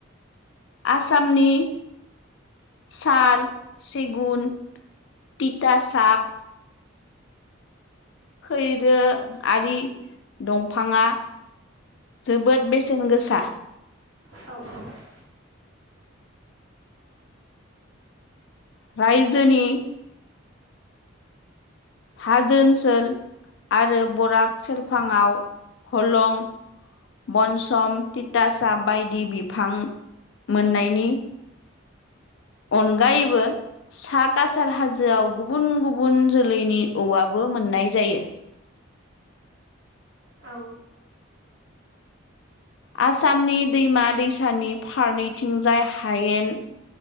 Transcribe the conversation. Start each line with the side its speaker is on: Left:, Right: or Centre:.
Left: आसामनि साल सेगुन तिथासाब खैरो आरि दंफाङा जोबोद बेसेन गोसा।
Right: औ औ
Left: रायजोनि हाजो ओनसोल आरो बराग सेरफाङाव हलं बनसम थिथासा बायदि बिफां मोननायनि अनगायैबो सा कासार हाजोआव गुबुन गुबुन जोलैनि औवाबो मोननाय जायो।
Right: औ
Left: आसामनि दैमा दैसानि फारनैथिंजाय हायेन